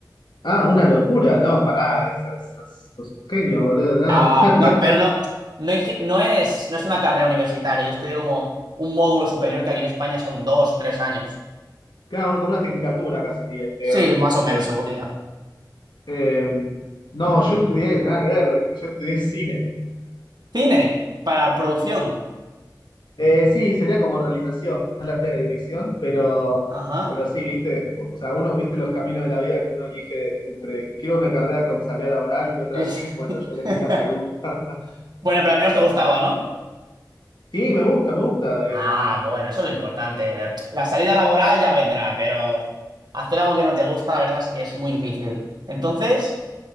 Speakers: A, on the left; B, on the right.
A: Ah, una locura, no, pará, es- es- es- sos, un genio, boludo, no.
B: No,
A: <laughs>
B: no, pero no, no, inge- no es, no es una carrera universitaria, yo estudié como un módulo superior que aquí en España son dos, tres años.
A: Claro, uno como una tecnicatura acá sería, creo.
B: Sí, más o menos
A: Eh,
B: seguridad.
A: eh, no, yo estudié, nada que ver, ¿viste? yo estudié cine.
B: Cine, para producción.
A: Eh, sí, sería como realización, no la dirección, pero,
B: Ajá.
A: pero sí, viste, o sea, uno, viste los caminos de la vida que uno elige entre quiero una carrera con salida laboral y otra
B: <laughs>
A: sí, bueno, yo elegí la segunda.
B: Bueno, pero al menos te gustaba, ¿no?
A: Sí, me gusta, me gusta. eh,
B: Ah, bueno, eso es lo importante. La salida laboral ya vendrá, pero hacer algo que no te gusta, la verdad es que es muy difícil. Entonces,